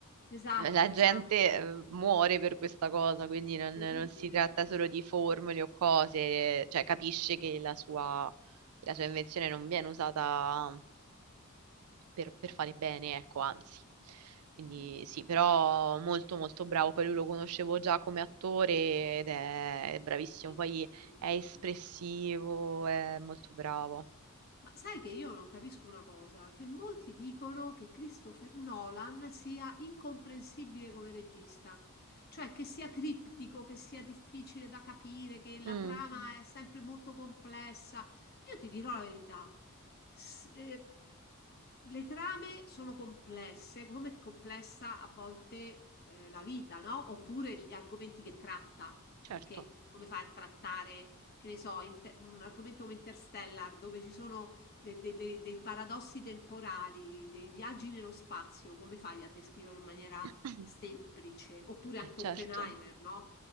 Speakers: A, on the left (about 45°); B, on the right (about 85°).
A: Esatto,
B: eh, la
A: esatto.
B: gente eh, muore per questa cosa, quindi non,
A: Terribile,
B: non si tratta
A: sì, sì,
B: solo
A: sì.
B: di formule o cose, cioè capisce che la sua, che la sua invenzione non viene usata per, per fare bene, ecco, anzi. Quindi
A: Mm,
B: sì, però molto molto bravo, poi lui lo conoscevo già come attore ed è, è bravissimo,
A: eh sì,
B: poi
A: lui è bravissimo,
B: è espressivo, è molto
A: sì.
B: bravo.
A: Ma sai che io non capisco una cosa, che molti dicono che Christopher Nolan sia incomprensibile come regista, cioè che sia criptico, che sia difficile da capire, che la
B: Mm,
A: trama è Mm. sempre molto complessa. Io ti dirò la verità, s- eh, le trame sono complesse, come è complessa a volte eh, la vita, no? Oppure gli argomenti che tratta,
B: certo,
A: perché come fai a trattare, che ne so, inter- un argomento come Interstellar, dove ci sono de- de- de- dei paradossi temporali, dei viaggi nello spazio, come fai a descriverlo in maniera
B: <clears throat>
A: semplice? Oppure
B: Eh,
A: anche
B: certo.
A: Oppenheimer, no?